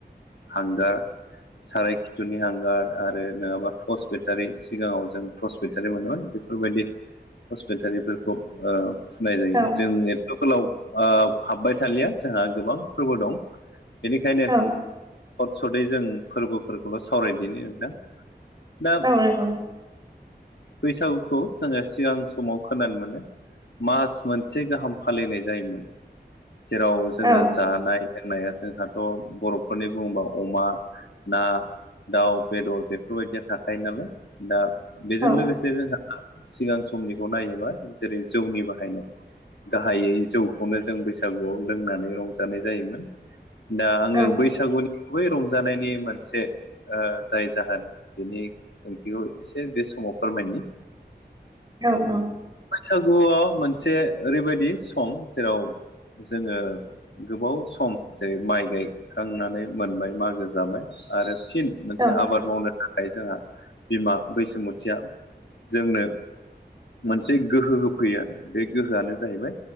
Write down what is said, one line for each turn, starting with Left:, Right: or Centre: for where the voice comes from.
Left: हांगार साराय खिथुनि हांगार आरो नङाबा टर्स बेटारि सिगाङाव जों टर्स बेटारि मोनोमोन बेफोरबायदि टर्स बेटारिफोरखौ ओ होननाय जायो
Right: औ
Left: जों एथ' गोलाव ओ हाबबाय थालिया जोंहा गोबां फोरबो दं। बेनिखायनो
Right: औ
Left: सर्त सर्तयै जों फोरबोफोरखौल' सावरायदोनि नोंथां। दा
Right: औ नंगौ
Left: बैसागुखौ जोङो सिगां समाव खोनानो मोनो। मास मोनसे गाहाम फालिनाय जायोमोन जेराव जोङो
Right: औ
Left: जानाय। एनाया जोंहाथ' बर'फोरनि बुङोबा अमा ना दाउ बेदर बेफोरबायदिया थाखायो नालाय। दा बेजों
Right: औ
Left: लोगोसे जोंहा सिगां समनिखौ नायोबा जेरै जौनि बाहायनाय। गाहायै जौखौनो जों बैसागुआव लोंनानै रंजानाय जायोमोन। दा आङो
Right: औ
Left: बैसागुनि
Right: औ
Left: गुबै रंजानायनि मोनसे। ओ जाय जाहोन बेनि ओंथिखौ एसे बे समाव फोरमायनि।
Right: औऔ।
Left: सागुआ मोनसे ओरैबायदि सम जेराव जोङो। गोबाव सम जेरै माइ गायखांनानै मोनबाय मागो जाबाय आरो फिन मोनसे
Right: औ
Left: आबाद मावनो। थाखाय जोंहा बिमा बैसुमुथिया जोंनो मोनसे गोहो होफैयो आरो बे गोहोआनो जाहैबाय